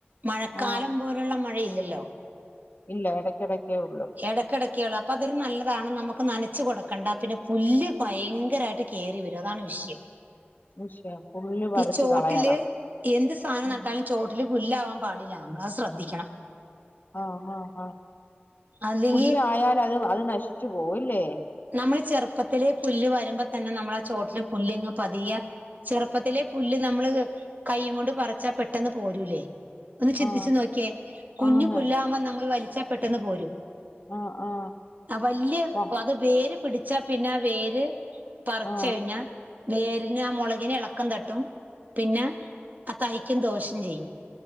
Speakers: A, on the right (about 45°); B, on the left (about 50°).
A: മഴക്കാലം
B: ആ
A: പോലെ ള്ള മഴയില്ലല്ലോ
B: ഇല്ല എടയ്ക്കെടക്കേ ഉള്ളു
A: എടയ്ക്കെടയ്ക്കേള്ളൂ അപ്പതൊരു നല്ലതാണ് നമുക്ക് നനച്ചു കൊടുക്കണ്ട പിന്നെ പുല്ല് ഭയങ്കരായിട്ട് കേറി വരും അതാണ് വിഷയം
B: <unintelligible> പറിച്ച്
A: ഈ ചോട്ടില്
B: കളയണം
A: എന്ത് സാധനം
B: ഉം.
A: നട്ടാലും ചോട്ടില് പുല്ലാവാൻ പാടില്ല നമ്മൾ അഹ് ശ്രദ്ധിക്കണം
B: ആ ഹാ ഹാ
A: അല്ലെങ്കി
B: പുല്ലായാലത് അത് നശിച്ചു പോവും ല്ലേ
A: നമ്മൾ ചെറുപ്പത്തില് പുല്ല് വരുമ്പോ തന്നെ നമ്മളാ ചോട്ടില് പുല്ല്ങ്ങ പതിയെ ചെറുപ്പത്തിലെ പുല്ല് നമ്മള് കയ്യ് കൊണ്ട് പറിച്ചാ പെട്ടെന്ന് പോരൂലെ ഒന്ന് ചിന്തിച്ചു
B: ആ ആ,
A: നോക്ക്യേ. കുഞ്ഞു
B: ആന്ന്
A: പുല്ലാവുമ്പ നമ്മൾ വലിച്ചാൽ പെട്ടെന്ന് പോരും
B: ആ ആ
A: ആ വല്ല്യ
B: ആ
A: അത് വേര് പിടിച്ചാ പിന്ന വേര് പറ്ചയ്ഞ്ഞാ
B: ആ
A: വേരിനാ മൊളകിന് എളക്കം തട്ടും പിന്നെ ആ തയ്ക്കും ദോഷം ചെയ്യും